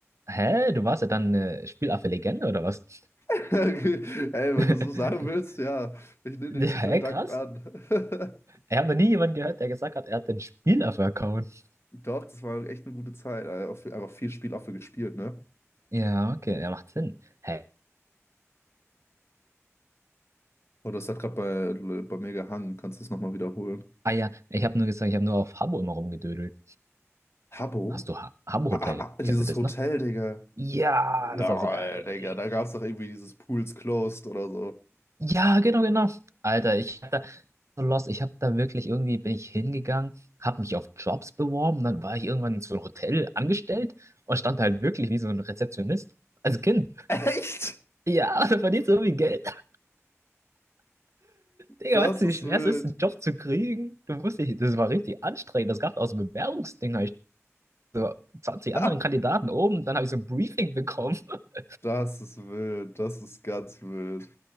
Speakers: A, on the right; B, on the left.
A: Hä? Du warst ja dann eine Spielaffe-Legende oder was?
B: <laughs> Ey,
A: <laughs>
B: wenn du so sagen willst, ja. Ich nehme den
A: Hä,
B: Titel dankend
A: krass.
B: an. <laughs>
A: Ich habe noch nie jemanden gehört, der gesagt hat, er hat den Spieler-Account.
B: Doch, das war echt eine gute Zeit. Alter. Auch viel- Einfach viel Spiel auch für gespielt, ne?
A: Ja, okay, er macht Sinn. Hä?
B: Oh, das hat gerade bei, bei mir gehangen. Kannst du es nochmal wiederholen?
A: Ah ja, ich habe nur gesagt, ich habe nur auf Habbo immer rumgedödelt.
B: Habbo?
A: Hast du ha Habbo
B: Ah,
A: Hotel?
B: ah, ah, dieses
A: Kennst du das
B: Hotel,
A: noch?
B: Digga.
A: Ja,
B: Lol,
A: das war so geil.
B: Digga, da gab es doch irgendwie dieses Pools Closed oder so.
A: Ja, genau, genau. Alter, ich hab da so lost. Ich hab da wirklich irgendwie bin ich hingegangen, hab mich auf Jobs beworben, dann war ich irgendwann in so einem Hotel angestellt und stand halt wirklich wie so ein Rezeptionist als Kind.
B: <laughs> Echt?
A: Ja, <laughs> da verdienst du irgendwie Geld. Digga,
B: Das
A: weißt du,
B: ist
A: wie schwer
B: wild.
A: es ist, einen Job zu kriegen? Du musst dich, das war richtig anstrengend. Das gab aus dem Bewerbungsding, hab ich so 20
B: <laughs>
A: anderen Kandidaten oben, dann habe ich so ein Briefing bekommen. <laughs>
B: Das ist wild. Das ist ganz wild.